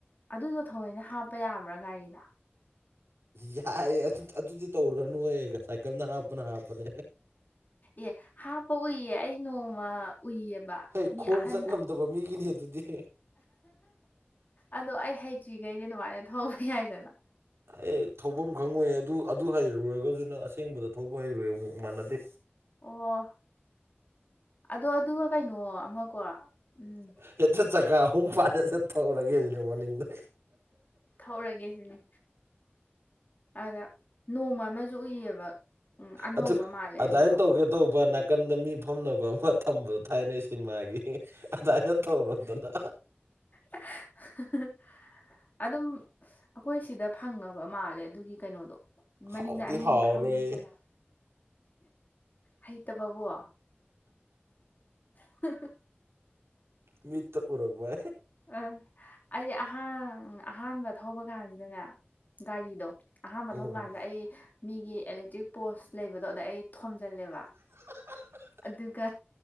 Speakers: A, on the left (about 45°); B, on the right (about 85°).
A: ꯑꯗꯨꯗꯣ ꯊꯌꯣꯏꯅ ꯍꯥꯞꯄ ꯌꯥꯕ꯭ꯔꯥ ꯒꯥꯔꯤꯗ
B: ꯌꯥꯏꯑꯦ ꯑꯗꯨ ꯑꯗꯨꯗꯤ ꯇꯧꯔꯨꯔꯅꯨꯍꯦ ꯁꯥꯏꯀꯜꯗ ꯍꯥꯞꯄꯅ ꯍꯥꯞꯄꯅꯦ
A: ꯑꯦ ꯍꯥꯞꯄ ꯎꯏꯌꯦ ꯑꯩ ꯅꯣꯡꯃ ꯎꯏꯌꯦꯕ
B: ꯍꯩ
A: ꯃꯤ
B: ꯈꯣꯡ
A: ꯑꯍꯟ
B: ꯆꯠ ꯉꯝꯗꯕ ꯃꯤꯒꯤꯅꯤ ꯑꯗꯨꯗꯤ
A: ꯑꯗꯣ ꯑꯩ ꯍꯩꯇ꯭ꯔꯤꯒꯩꯗꯤ ꯑꯗꯨꯃꯥꯏꯅ ꯊꯧꯕ ꯌꯥꯏꯗꯅ
B: ꯑꯦ ꯊꯧꯕꯝ ꯈꯪꯉꯣꯏ ꯑꯗꯨ ꯑꯗꯨ ꯍꯩꯔꯨꯔꯒꯁꯨ ꯅꯪ ꯑꯁꯦꯡꯕꯗ ꯊꯧꯕ ꯍꯩꯔꯣꯏ ꯑꯃꯨꯛ ꯃꯥꯟꯅꯗꯦ
A: ꯑꯣ ꯑꯗꯣ ꯑꯗꯨꯒ ꯀꯩꯅꯣ ꯑꯃꯀꯣ ꯎꯝ
B: ꯍꯦꯇ ꯆꯀꯥ ꯑꯍꯨꯝ <unintelligible> ꯊꯧꯔꯒꯦꯁꯤꯅꯦ ꯃꯅꯤꯡꯗ
A: ꯊꯧꯔꯒꯦ ꯁꯤꯅꯦ ꯑꯗ ꯅꯣꯡꯃ ꯑꯃꯖꯨ ꯎꯏꯌꯦꯕ ꯎꯝ ꯑꯅꯧꯕ
B: ꯑꯗꯨ
A: ꯃꯥꯜꯂꯦ
B: ꯑꯗꯨꯃꯥꯏꯅ
A: ꯑꯗꯨꯗꯣ
B: ꯇꯧꯒꯦ ꯇꯧꯕ ꯅꯥꯀꯟꯗ ꯃꯤ ꯐꯝꯅꯕ ꯑꯃ ꯊꯝꯕꯗꯣ ꯊꯥꯏꯅꯩ ꯁꯤꯟꯃꯥꯒꯤ ꯑꯗꯥꯅ ꯇꯧꯔꯣꯗꯅ
A: <unintelligible> ꯑꯗꯨꯝ ꯑꯈꯣꯏ ꯁꯤꯗ ꯐꯪꯉꯕ ꯃꯥꯜꯂꯦ ꯑꯗꯨꯒꯤ ꯀꯩꯅꯣꯗꯣ ꯃꯅꯤꯡꯗ
B: ꯍꯥꯎꯗꯤ
A: ꯑꯅꯤ
B: ꯍꯥꯎꯔꯣꯏ
A: ꯐꯝꯕ ꯌꯥ ꯍꯩꯇꯕꯕꯣ <unintelligible>
B: ꯃꯤꯠꯇ ꯎꯔꯛꯄ
A: ꯑꯥ ꯑꯩꯗꯤ ꯑꯍꯥꯡ ꯑꯍꯥꯟꯕ ꯊꯧꯕ ꯀꯥꯟꯖꯤꯗꯅꯦ ꯒꯥꯔꯤꯗꯣ ꯑꯍꯥꯟꯕ
B: ꯎꯝ
A: ꯊꯧꯕ ꯀꯥꯟꯁꯤꯗ ꯑꯩ ꯃꯤꯒꯤ ꯑꯦꯂꯦꯛꯇ꯭ꯔꯤꯛ ꯄꯣꯁ ꯂꯩꯕꯗꯣ ꯑꯗꯨꯗ ꯑꯩ ꯊꯣꯝꯖꯜꯂꯦꯕ
B: <unintelligible>
A: ꯑꯗꯨꯒ